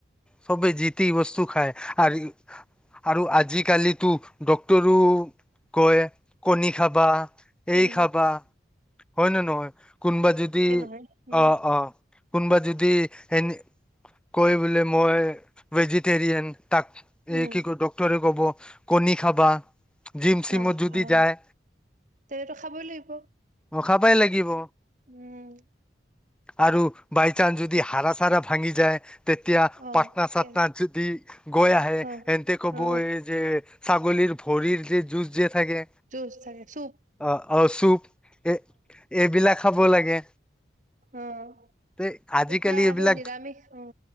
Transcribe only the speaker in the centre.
চবে জতি বস্তু খায় আৰু আৰু আজিকালি ত ডক্তৰো কয় কণী খাবা
এই খাবা হয় ন নহয় কোনোবা যদি
অঁ অঁ কোনোবা যদি এ কৈ বোলে মই ভেজিটৰিয়ান তাক এ
কি ক ডক্টৰেট ক'ব কণী খাবা জিম চিমত
যদি
যায়
মুখা পাই লাগিব
আৰু বাই চান্স যদি হাৰা চাৰা ভাঙি যায় তেতিয়া
পাটনা
চাটনা যিদি গোয় আহ
এন তে কবো
যেে ছাগলীৰ ভৰিৰ যে জুচ যে থাকে
অঁ অঁ চুপ এ এইবিলাক খাব লাগে
তে আজিকালি
এইবিলাক